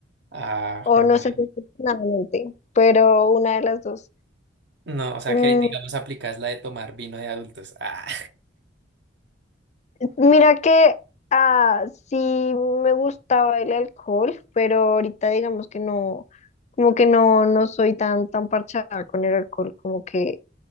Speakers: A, on the right; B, on the left.
A: Ah,
B: o
A: jue
B: no
A: madre.
B: sé si afortunadamente, pero una de las dos.
A: no, o sea
B: Mm,
A: que digamos aplicas la de tomar vino de adultos. Ah.
B: Mira que ah, sí me gustaba el alcohol, pero ahorita digamos que no, como que no, no soy tan, tan parchada con el alcohol, como que